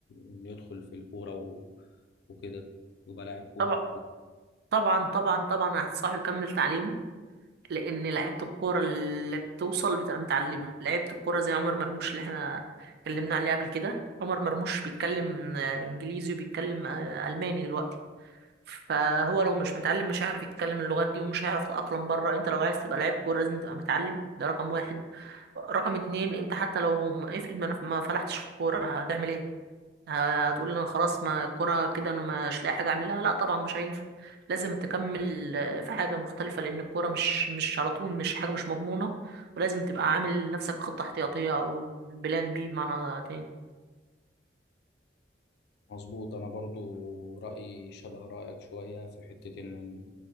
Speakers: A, on the left; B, on the right.
A: إن يدخل في الكورة و- وكده يبقى لاعب كورة
B: طبعا طبعا طبعا طبعا هتنصحه يكمل تعليمه لأن لعيبة الكورة اللي بتوصل بتبقى متعلمة لعيبة الكورة زي عمر مرموش اللي احنا اتكلمنا عليه قبل كده عمر مرموش بيتكلم آه، إنجليزي وبيتكلم آه، ألماني دلوقتي فهو لو مش متعلم مش هيعرف يتكلم اللغات دي ومش هيعرف يتأقلم بره انت لو عايز تبقى لعيب كورة لازم تبقى متعلم ده رقم واحد رقم اتنين انت حتى لو ما- افرض ما, ما فلحتش في الكورة هتعمل ايه ه- هتقول انا خلاص ما الكورة كده انا مش لاقي حاجة اعملها لا طبعا مش هينفع لازم تكمل آه، في حاجة مختلفة لأن الكورة مش مش على طول مش حاجة مش مضمونة ولازم تبقى عامل لنفسك خطة احتياطية أو بلان بي بمعنى تاني
A: مظبوط انا برضو رايي شبه رايك شويه في حته ان ال-